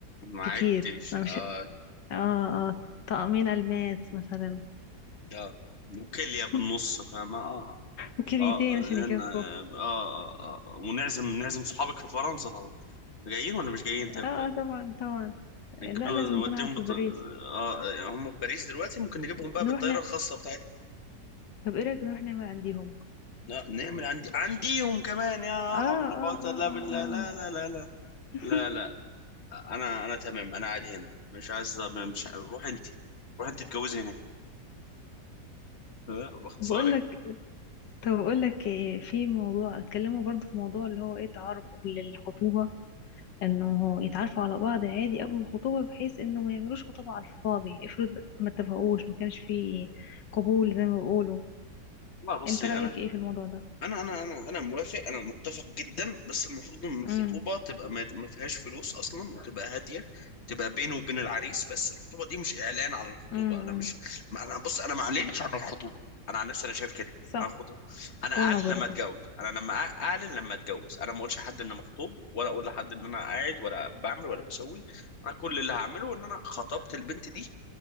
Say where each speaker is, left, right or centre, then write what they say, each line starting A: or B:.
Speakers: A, on the left; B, on the left.
A: ما
B: كتير
A: عدتش
B: انا مش
A: اه
B: اه اه طقمين الماس مثلا
A: اه وكلية بالنص
B: <laughs>
A: فاهمة اه
B: وكليتين
A: اه
B: عشان يكفوا
A: إن- اه اه, آه. آه. ونعزم نعزم صحابك في فرنسا طبعا جايين ولا مش جايين
B: اه
A: طيب
B: آه، طبعا طبعا
A: نجيب
B: لا
A: لهم-
B: لازم
A: نوديهم
B: يكون عارف
A: بط...
B: في باريس
A: آه هم في باريس دلوقتي ممكن نجيبهم بقى
B: نروح
A: بالطياره
B: ن...
A: الخاصه بتاعتنا
B: طب ايه رايك نروح نعمل عنديهم
A: لا، نعمل عندي عنديهم كمان يا
B: اه
A: حول ولا
B: اه
A: قوه
B: اه
A: الا بالله
B: اه, آه.
A: لا لا لا لا
B: <laughs>
A: لا لا انا انا تمام انا قاعد هنا مش عايز مش ع- روح انت روح انت اتجوزي هناك لا باختصار
B: طب اقول
A: يعني
B: لك طب اقول لك آه، في موضوع اتكلموا برضو في موضوع اللي هو ايه تعارف قبل الخطوبه انه يتعرفوا على بعض عادي قبل الخطوبة بحيث انه ما يعملوش خطوبة على الفاضي افرض ما اتفقوش ما كانش فيه قبول زي ما بيقولوا
A: والله بصي
B: انت رأيك
A: انا
B: ايه في الموضوع ده
A: انا انا انا انا موافق انا متفق جدا بس المفروض ان الخطوبه
B: امم
A: تبقى ما ما فيهاش فلوس اصلا وتبقى هاديه تبقى بينه وبين العريس بس الخطوبه دي مش اعلان عن الخطوبه
B: امم
A: انا مش ما انا بص انا ما اعلنش عن الخطوبه انا عن نفسي انا شايف كده
B: صح
A: انا خطوبة. انا اعلن
B: وانا
A: لما
B: برضو
A: اتجوز انا لما أع- اعلن لما اتجوز انا ما اقولش لحد ان أنا مخطوب ولا اقول لحد ان انا قاعد ولا بعمل ولا بسوي انا كل اللي هعمله ان انا خطبت البنت دي